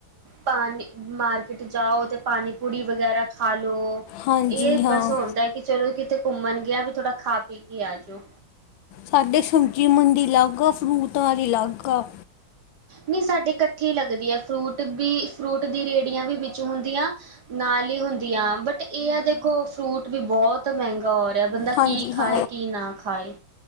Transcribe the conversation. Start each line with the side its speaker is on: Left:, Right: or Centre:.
Right: ਪਾਣੀ ਮਾਰਕੀਟ ਜਾਓ ਤੇ ਪਾਣੀ ਪੁਰੀ ਵਗੈਰਾ ਖਾਲੋ,
Left: ਹਾਂਜੀ
Right: ਇਹ
Left: ਹਾਂ
Right: ਬਸ ਹੁੰਦਾ ਕਿ ਚਲੋ ਕਿਤੇ ਘੁੰਮਣ ਗਿਆ ਵੀ ਥੋੜ੍ਹਾ ਖਾ ਪੀ ਕੇ ਆ ਜਾਓ।
Left: ਸਾਡੇ ਸਬਜ਼ੀ ਮੰਡੀ ਅਲੱਗ ਆ ਫਰੂਟ ਵਾਲੀ ਅਲੱਗ ਆ।
Right: ਨਹੀਂ ਸਾਡੇ ਇਕੱਠੀ ਲੱਗਦੀ ਹੈ ਫਰੂਟ ਵੀ ਫਰੂਟ ਦੀ ਰੇਹੜੀਆਂ ਵੀ ਵਿੱਚ ਹੁੰਦੀਆਂ। ਨਾਲ ਹੀ ਹੁੰਦੀਆਂ ਬਟ ਇਹ ਆ ਦੇਖੋ ਫਰੂਟ ਵੀ ਬਹੁਤ ਮਹਿੰਗਾ ਹੋਇਆ ਬੰਦਾ
Left: ਹਾਂਜੀ
Right: ਕੀ ਖਾਏ
Left: ਹਾਂ
Right: ਕੀ ਨਾ ਖਾਏ।